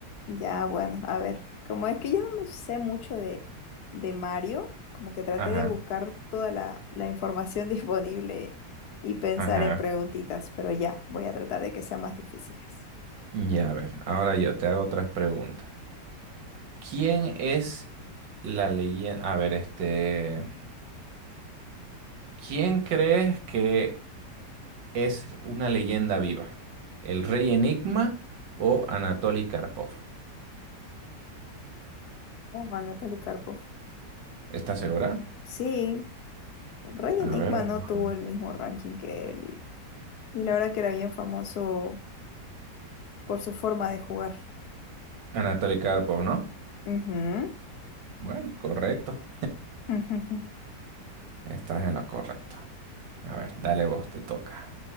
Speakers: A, on the left (about 70°); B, on the right (about 85°).
A: ya, bueno, a ver, como es que yo no sé mucho de, de Mario, como que traté
B: Ajá,
A: de buscar toda la, la información <laughs> disponible y pensar
B: ajá.
A: en preguntitas, pero ya, voy a tratar de que sean más difíciles.
B: Ya, a ver, ahora yo te hago otras preguntas. ¿Quién es la leyenda? A ver, este. ¿Quién crees que es una leyenda viva? ¿El rey Enigma o Anatoly Karpov?
A: Oh, Anatoly Karpov.
B: ¿Estás segura?
A: Sí, Rey
B: A
A: Enigma
B: ver, vamos
A: no tuvo
B: a ver.
A: el mismo ranking que él y, y la verdad que era bien famoso por su forma de jugar.
B: Anatoly Karpov, ¿no?
A: Ujú,
B: Bueno, correcto.
A: <laughs> ujú,
B: Estás en lo correcto. A ver, dale vos, te toca.